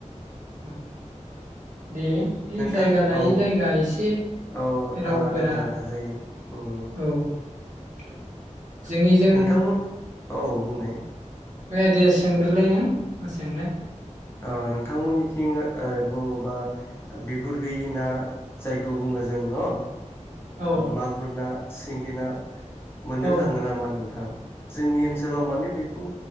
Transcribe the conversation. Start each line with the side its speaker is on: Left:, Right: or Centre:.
Right: <inaudible> दे बे
Left: नोंथां
Right: जायगा लायै
Left: औ
Right: जायगा एसे
Left: औ
Right: रावफोरा
Left: आलादा आलादा जायो उम
Right: औ। <inaudible> जोंनिजों
Left: नोंथांमोन औ बुंनाय।
Right: ए दे सोंग्रोलाय नों मा सोंनो।
Left: ओ नोंथांमोननिथिं बुङोबा बिगुर गैयि ना जायखौ बुङो जों न' ओ
Right: औ
Left: मागुर ना सिंगि ना मोननो
Right: औ
Left: थाङो नामा नोंथां? जोंनि ओनसोलाव माने बेखौ